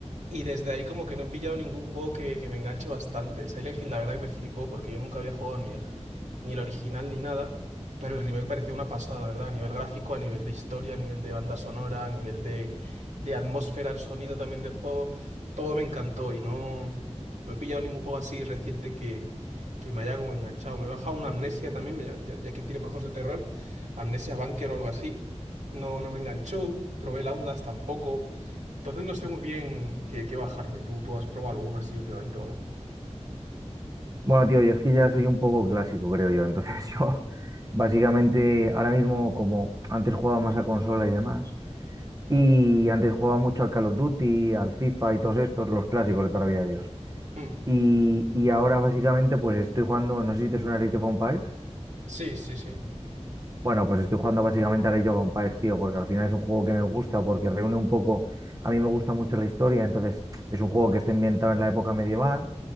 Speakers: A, on the right; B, on the right.
A: Y desde ahí como que no he pillado ningún juego que, que me enganche bastante. El Silent Hill la verdad que me flipó porque yo nunca había jugado ni el, ni el original ni nada, pero el remake parecía una pasada, la ¿verdad? A nivel gráfico, a nivel de historia, a nivel de banda sonora, a nivel de, de atmósfera, el sonido también del juego, todo me encantó y no, no he pillado ningún juego así reciente que, que me haya como enganchado. Me he bajado una Amnesia también, ya, ya- ya que tiene por juegos de terror, Amnesia Bunker o algo así. No, no me enganchó, probé el Outlast tampoco. Entonces no sé muy bien qué, qué bajarme. ¿Tú, tú has probado alguna así últimamente o algo?
B: Bueno, tío, yo es que ya soy un poco clásico, creo yo. Entonces <laughs> yo, básicamente, ahora mismo, como antes jugaba más a consola y demás, y
A: Mm,
B: antes jugaba mucho al Call of Duty, al FIFA y todos estos, los clásicos de toda la vida de Dios.
A: mm.
B: Y, y ahora, básicamente, pues estoy jugando, no sé si te suena el Age of Empires.
A: Sí, sí, sí.
B: Bueno, pues estoy jugando básicamente al Age of Empires, tío, porque al final es un juego que me gusta, porque reúne un poco, a mí me gusta mucho la historia, entonces es un juego que está ambientado en la época medieval